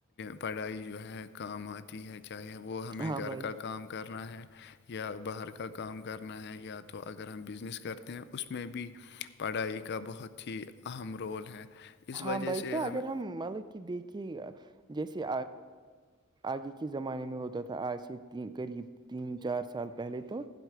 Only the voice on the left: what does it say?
پڑھائی جو ہے کام آتی ہے چاہے وہ ہمیں
گھر
کا کام کرنا ہے یا باہر کا کام کرنا ہے یا تو اگر ہم بزنس کرتے ہیں اس میں بھی پڑھائی کا بہت ہی اہم رول ہے اس
وجہ
سے
ہمیں